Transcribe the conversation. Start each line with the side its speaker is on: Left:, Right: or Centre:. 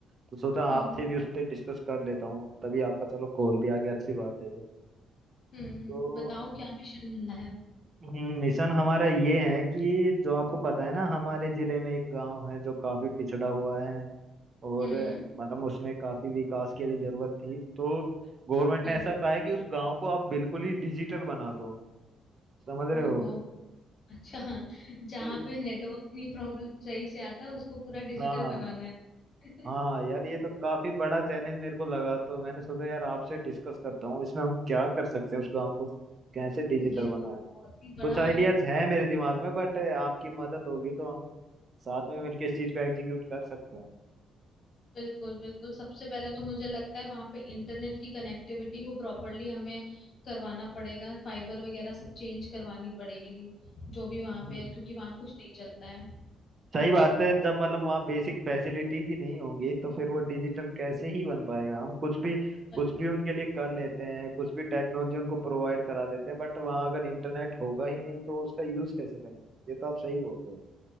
Right: तो सोचा
Left: हम्म
Right: आपसे भी उस पर डिस्कस कर लेता हूँ तभी आपका चलो कॉल भी आ गया अच्छी बात है ये
Left: हम्म हम्म,
Right: तो
Left: बताओ क्या मिशन मिला है
Right: हम्म, मिशन हमारा ये है कि जो आपको पता है ना हमारे जिले में एक गांव है जो काफी पिछड़ा हुआ है और
Left: हम्म
Right: मतलब उसमें काफी विकास की अभी जरूरत थी तो गवर्नमेंट
Left: जी
Right: ने ऐसा कहा है कि उस गांव को आप बिल्कुल ही डिजिटल बना दो समझ रहे
Left: ओहो
Right: हो
Left: अच्छा जहाँ
Right: तो
Left: पे नेटवर्क नहीं प्रॉब्लम सही से आता उसको पूरा डिजिटल
Right: हाँ
Left: बनाना है
Right: हाँ
Left: <laughs>
Right: यार ये तो काफी बड़ा चैलेंज मेरे को लगा तो मैंने सोचा यार आपसे डिस्कस करता हूँ इसमें हम क्या कर सकते हैं उस गांव को कैसे डिजिटल
Left: ये
Right: बनाएं
Left: तो बहुत ही बड़ा
Right: कुछ आइडियाज हैं मेरे दिमाग में बट आपकी मदद होगी तो हम साथ में मिलकर इस चीज को एग्जीक्यूट कर सकते हैं
Left: बिल्कुल बिल्कुल सबसे पहले तो मुझे लगता है वहां पे इंटरनेट की कनेक्टिविटी को प्रॉपरली हमें करवाना पड़ेगा फाइबर वगैरह सब चेंज करवानी पड़ेगी जो भी वहां
Right: हम्म।
Left: पे है क्योंकि वहां कुछ नहीं चलता है
Right: सही बात है जब मतलब वहाँ बेसिक फैसिलिटीज ही नहीं होंगी तो फिर वो डिजिटल कैसे ही बन पाएगा हम कुछ भी
Left: पर-
Right: कुछ भी उनके लिए कर लेते हैं कुछ भी टेक्नोलॉजी उनको प्रोवाइड करा देते हैं बट वहाँ अगर इंटरनेट होगा ही नहीं तो उसका यूज कैसे करेंगे ये तो आप सही बोल रहे हो